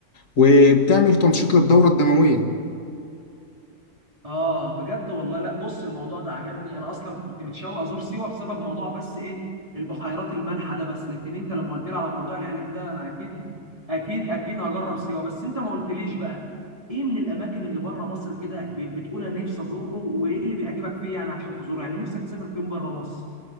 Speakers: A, on the left (about 75°); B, on the right (about 25°).
A: وبتعمل تنشيط للدورة الدموية
B: اه بجد والله لا بص الموضوع ده عجبني انا اصلا كنت متشوق ازور سيوه بسبب موضوع بس ايه البحيرات المالحه ده بس لكن انت لما قلت لي على موضوع العلاج ده انا اكيد اكيد اكيد هجرب سيوه بس انت ما قلتليش بقى ايه من الاماكن اللي بره مصر كده ب- بتقول انا نفسي ازوره وايه اللي بيعجبك فيه يعني عشان تزوره يعني نفسك تسافر فين بره مصر